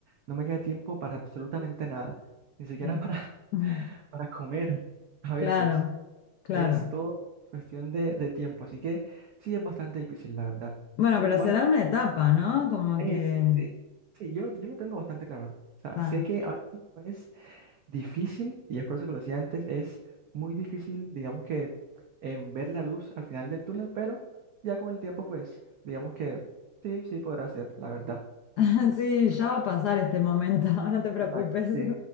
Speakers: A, on the right; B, on the left.
A: no me queda tiempo para absolutamente nada, ni siquiera
B: Mm.
A: para,
B: <laughs> Ujú.
A: <laughs> para comer a
B: Claro,
A: veces.
B: claro.
A: Es todo cuestión de, de tiempo, así que sí es bastante difícil, la verdad.
B: Bueno,
A: Pero
B: pero
A: igual,
B: será una etapa, ¿no? Como
A: eh,
B: que...
A: sí, sí, sí, yo, yo lo tengo bastante claro. O sea,
B: ta.
A: sé que ahora mismo difícil, y es por eso que lo decía antes, es muy difícil, digamos que, en ver la luz al final del túnel, pero ya con el tiempo, pues, digamos que sí, sí podrá ser, la verdad.
B: <laughs> Sí, ya va a pasar este momento, <laughs> no te preocupes.
A: Exacto,
B: <laughs>
A: sí.